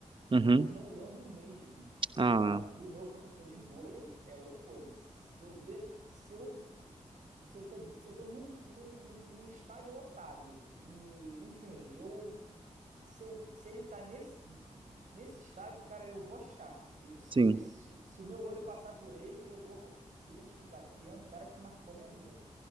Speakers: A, on the right; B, on the right.
A: uhum.
B: Eu não lembro mesmo.
A: Ah,
B: Agora, do meu professor de vôlei é outra coisa. Se eu ver, se eu se eu tô, se eu tô num, num, num, num estádio lotado, e enfim, eu se, eu, se ele tá nesse, nesse estádio, cara, eu vou achar. E Se,
A: sim,
B: eu, se, se o meu olho passar por ele, eu vou identificar, porque é um cara que marcou a minha vida